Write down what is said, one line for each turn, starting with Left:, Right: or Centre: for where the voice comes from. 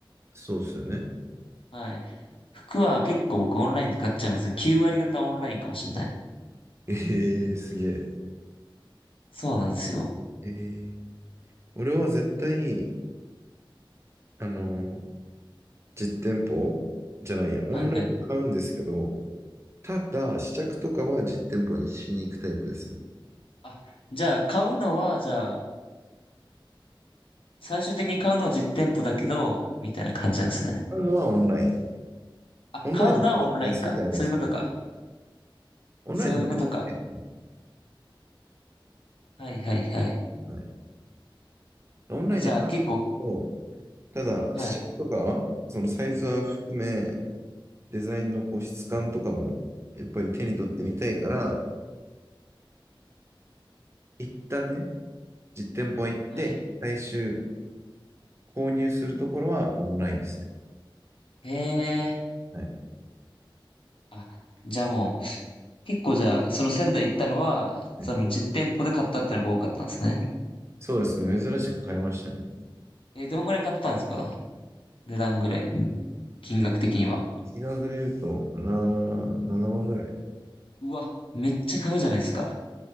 Right: そうっすよね。
Left: はい。服は結構僕オンラインで買っちゃいますね。9割方オンラインかもしれない。
Right: ええすげえ。
Left: そうなんですよ。
Right: ええ俺は絶対に、あの、実店舗じゃないや、オンラインで買うんですけど、
Left: はいはい。
Right: ただ、試着とかは実店舗にしに行くタイプですね。
Left: あ、じゃあ買うのは、じゃあ最終的に買うのは実店舗だけど、みたいな感じなんですね。
Right: 買うのはオンライン。
Left: あ、
Right: オンラインの方が安いじゃないですか。
Left: 買うのはオンラインか。そういうことか。
Right: オンラインの方が安くないですね。
Left: そういうことか。はいはいはい。
Right: はい。オンラインで買うんですけど、
Left: あ、じゃあ結構、
Right: ただ、
Left: はい、
Right: 試着とか、そのサイズは含め、デザインのこう質感とかも、やっぱり手に取ってみたいから、一旦ね、実店舗は行って、
Left: はい。
Right: 最終購入するところはオンラインです
Left: へえ。
Right: ね。はい。
Left: あ、じゃあもう、結構じゃあ、その仙台行ったのは、その実店舗で買ったってのが多かったんですね。
Right: ねそうですね。珍しく買いましたね。
Left: え、どんぐらい買ったんですか値段ぐらい、ん金額的には。
Right: ね、金額で言うと、7、7万ぐらい。っ
Left: うわ、めっちゃ買うじゃないですか。